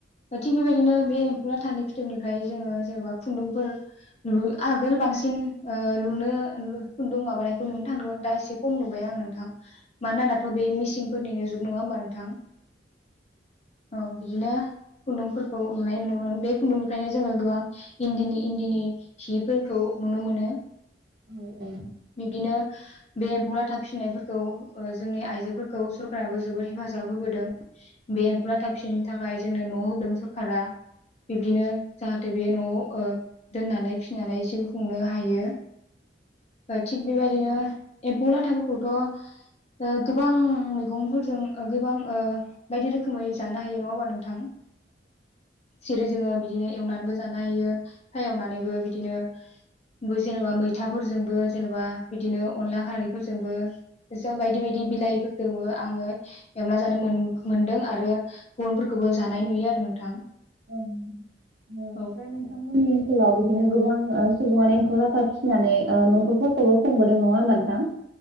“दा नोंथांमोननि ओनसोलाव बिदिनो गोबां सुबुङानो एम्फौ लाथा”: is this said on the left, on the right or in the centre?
Right